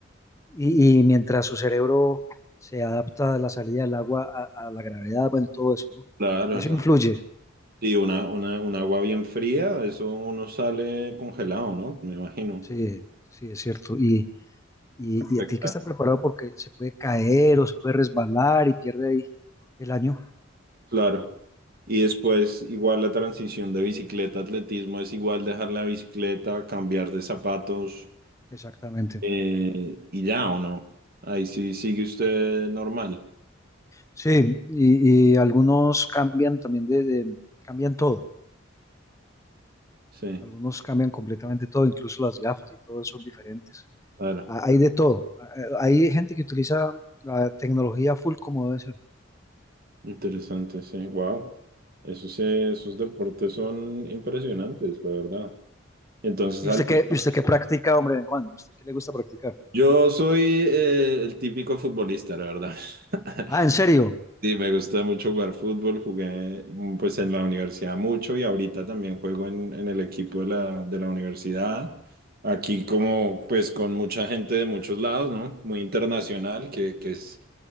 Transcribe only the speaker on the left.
y, y mientras su cerebro se adapta a la salida del agua, a, a la gravedad, bueno, todo eso, ¿no?
Eso
influye.
Sí, sí, es cierto. Y, y,
y tiene que estar preparado porque se puede caer o se puede resbalar y pierde ahí el año.
Exactamente.
Sí, y, y algunos cambian también de, de- cambian todo.
Algunos cambian completamente todo, incluso las gafas y todo son diferentes.
Ah, Hay de todo. Ah, eh, Hay gente que utiliza la tecnología full como debe ser.
¿Y
usted qué, y usted qué practica, hombre, Juan? ¿Usted qué le gusta practicar?
Ah, ¿en serio?